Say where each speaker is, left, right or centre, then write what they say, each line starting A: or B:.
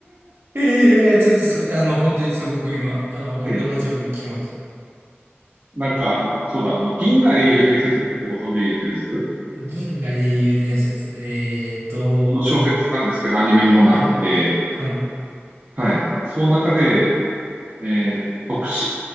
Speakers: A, on the right; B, on the right.
A: えーいやいや、ちょっとそれ、あの、本当にそれ僕今、あの、本当に初めて聞きました。
B: ええなんか、あの、そうだ、あの、銀河英雄伝説ってご存知です。
A: 銀河英雄伝説。えーと、
B: あの小説なんですけど、アニメにもなって、
A: はい、はい、
B: はい。その中で、えっと、特殊。